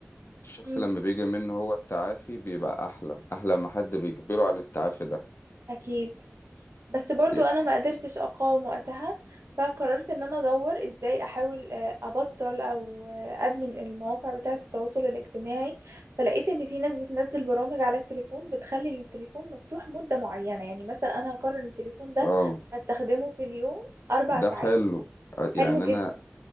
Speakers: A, on the left; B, on the right.
A: الشخص
B: مم.
A: لما بيجي منه هو التعافي بيبقى احلى احلى ما حد بيجبره عن التعافي ده
B: اكيد بس برضو
A: ي-
B: انا ما قدرتش اقاوم وقتها فقررت ان انا ادور ازاي احاول آه، ابطل او آه، ادمن المواقع بتاعة التواصل الاجتماعي فلقيت ان في ناس بتنزل برامج على التليفون بتخلي التليفون مفتوح مدة معينة يعني مثلا انا هقرر إن التليفون ده
A: اه
B: هستخدمه في اليوم اربع
A: ده
B: ساعات
A: حلو آه،
B: حلو
A: يعني
B: جدا
A: انا